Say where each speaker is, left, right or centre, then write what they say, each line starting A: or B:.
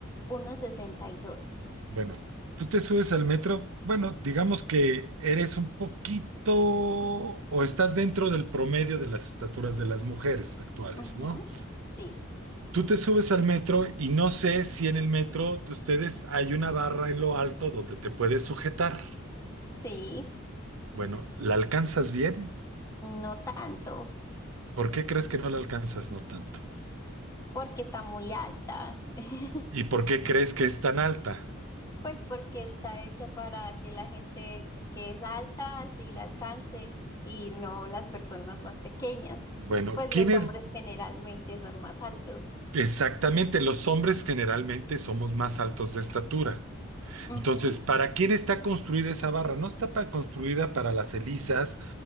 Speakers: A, on the left; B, on the right.
A: uno sesenta y dos,
B: Bueno, tú te subes al metro, bueno, digamos que eres un poquito o estás dentro del promedio de las estaturas de las mujeres actuales,
A: Ujú.
B: ¿no?
A: Sí,
B: Tú te subes al metro y no sé si en el metro de ustedes hay una barra en lo alto donde te puedes sujetar.
A: sí,
B: Bueno, ¿la alcanzas bien?
A: no tanto,
B: ¿Por qué crees que no la alcanzas no tanto?
A: porque está muy alta. <laughs>
B: ¿Y por qué crees que es tan alta?
A: Pues porque está hecha para que la gente que es alta sí la alcance y no las personas más pequeñas.
B: Bueno,
A: Pues
B: ¿quiénes
A: los hombres generalmente son más altos.
B: exactamente? Los hombres generalmente somos más altos de estatura. Entonces,
A: Ujú.
B: ¿para quién está construida esa barra? No está pa- construida para las elisas